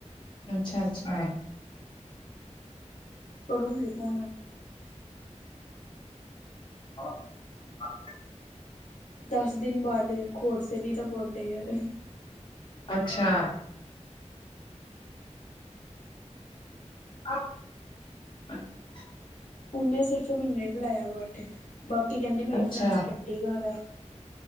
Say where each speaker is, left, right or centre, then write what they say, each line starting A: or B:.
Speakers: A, on the left; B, on the left.
A: ਅੱਛਾ-ਅੱਛਾ।
B: ਕਰੂੰਗੀ ਫੋਨ, ਅੱਜ।
A: <unintelligible>
B: ਦੱਸ ਦਿਨ ਬਾਦ ਇੱਕ ਹੋਰ ਸੇਲੀ ਦਾ ਬਰਡੇ ਐ।
A: ਅੱਛਾ। <unintelligible>
B: ਉਂਨੇ ਸਿਰਫ਼ ਮਿਨੂੰ ਈ ਬੁਲਾਇਆ ਐ ਬਰਡੇ ਤੇ। ਬਾਕੀ ਕੈਂਦੀ ਮੇਰੀ
A: ਅੱਛਾ
B: ਫਰੈਂਡਸ ਚੰਡੀਗੜ੍ਹ ਐ।